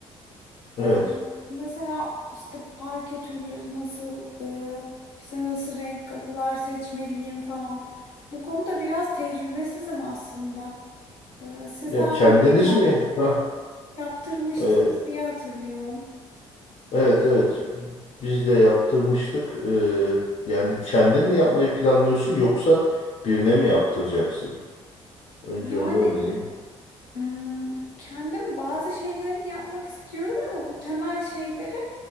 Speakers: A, on the left (about 55°); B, on the left (about 75°).
A: evet.
B: Eee, mesela işte parke türleri nasıl, eee, işte nasıl renk kapılar seçmeliyim falan. Bu konuda biraz tecrübesizim aslında. Eee, siz
A: Ya
B: daha
A: kendiniz
B: önce ev yaptı-
A: mi? Ha,
B: yaptırmıştınız
A: e,
B: diye hatırlıyorum.
A: evet evet. Biz de yaptırmıştık. Ee, yani kendin mi yapmayı planlıyorsun yoksa birine mi yaptıracaksın? Önce
B: Yani
A: onu öğreneyim.
B: Hmm, kendim bazı şeylerini yapmak istiyorum ama bu temel şeyleri